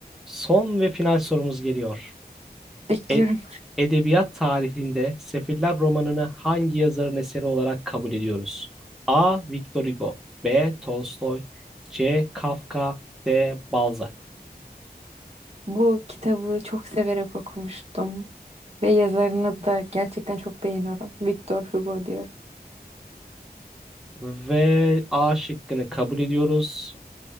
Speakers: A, in the centre; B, on the right (about 40°).
A: Son ve final sorumuz geliyor.
B: Bekliyorum.
A: E- Edebiyat tarihinde Sefiller romanını hangi yazarın eseri olarak kabul ediyoruz? A. Victor Hugo B. Tolstoy C. Kafka D. Balzac
B: Bu kitabı çok severek okumuştum. Ve yazarını da gerçekten çok beğeniyorum. Victor Hugo diyorum.
A: ve A şıkkını kabul ediyoruz.